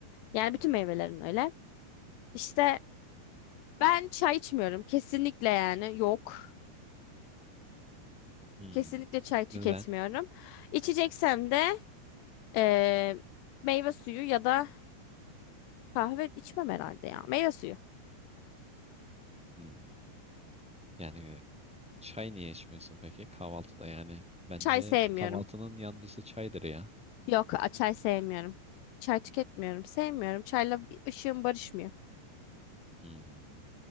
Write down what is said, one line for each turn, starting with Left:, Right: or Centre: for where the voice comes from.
Left: Yani bütün meyvelerin öyle. İşte ben çay içmiyorum. Kesinlikle yani yok.
Centre: Hmm.
Left: Kesinlikle çay tüketmiyorum.
Centre: Neden?
Left: İçeceksem de eee, meyve suyu ya da kahve içmem herhalde ya. Meyve suyu.
Centre: Hmm. Yani çay niye içmiyorsun peki kahvaltıda yani? Bence
Left: Çay sevmiyorum.
Centre: kahvaltının yancısı çaydır ya.
Left: Yok, a- çay sevmiyorum. Çay tüketmiyorum. Sevmiyorum. Çayla bir ışığım barışmıyor.
Centre: Hmm.